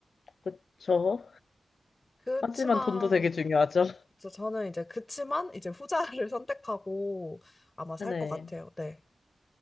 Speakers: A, on the left; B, on the left.
A: 그쵸.
B: 그렇지만
A: 하지만 돈도 되게 중요하죠. <laughs>
B: 저- 저는 이제 그치만 이제 후자를 <laughs> 선택하고 아마 살
A: 네,
B: 것 같아요. 네.